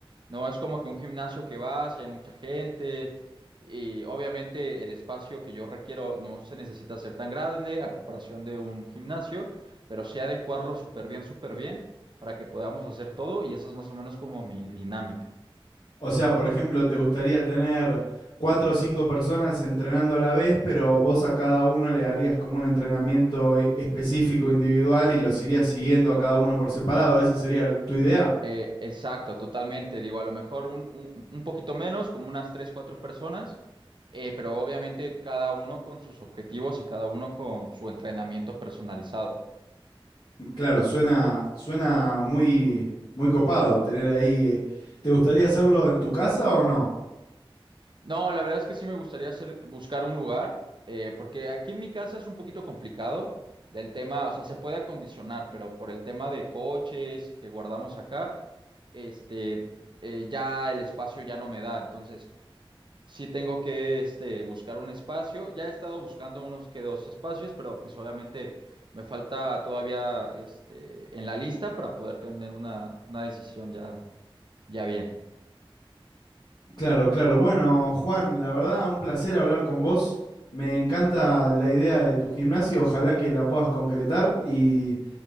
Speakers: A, on the right (about 55°); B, on the left (about 55°).
A: no es como que un gimnasio que vas y hay mucha gente y obviamente el espacio que yo requiero no se necesita ser tan grande a comparación de un gimnasio, pero sí adecuarlo súper bien, súper bien para que podamos hacer todo y esa es más o menos como mi dinámica.
B: O sea, por ejemplo, te gustaría tener cuatro o cinco personas entrenando a la vez, pero vos a cada uno le harías como un entrenamiento e- específico, individual, y los irías siguiendo a cada uno por separado. ¿Esa sería tu idea?
A: Eh, exacto, totalmente. Digo, a lo mejor un, un- un poquito menos, como unas tres, cuatro personas, eh, pero obviamente cada uno con sus objetivos y cada uno con su entrenamiento personalizado.
B: Claro, suena, suena muy, muy copado tener ahí. eh. ¿Te gustaría hacerlo en tu casa o no?
A: No, la verdad es que sí me gustaría hacer, buscar un lugar, eh, porque aquí en mi casa es un poquito complicado del tema, o sea, se puede acondicionar, pero por el tema de coches que guardamos acá, este, eh, ya el espacio ya no me da, entonces sí tengo que, este, buscar un espacio. Ya he estado buscando unos que dos espacios, pero pues obviamente me falta todavía, este, en la lista para poder tener una, una decisión ya, ya bien.
B: Claro, claro. Bueno, Juan, la verdad, un placer hablar con vos. Me encanta la idea de tu gimnasio, ojalá que la puedas concretar y